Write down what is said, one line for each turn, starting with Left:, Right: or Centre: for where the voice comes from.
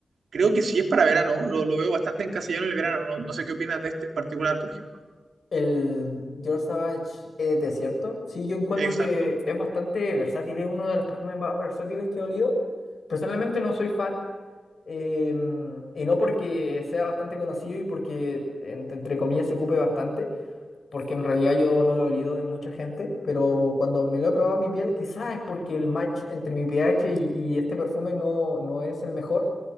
Right: creo que sí es para verano, lo, lo veo bastante encasillado en el verano, no, no sé qué opinas de este en particular, por ejemplo.
Left: El Dior Sauvage es cierto Sí, yo encuentro
Right: Exacto.
Left: que es bastante versátil, es uno de los perfumes más versátiles que he olido. Personalmente no soy fan Em, y no porque sea bastante conocido y porque, en- entre comillas, se ocupe bastante, porque en realidad yo no lo he olido en mucha gente, pero cuando me lo he probado en mi piel, quizás es porque el match entre mi pH y, y este perfume no, no es el mejor,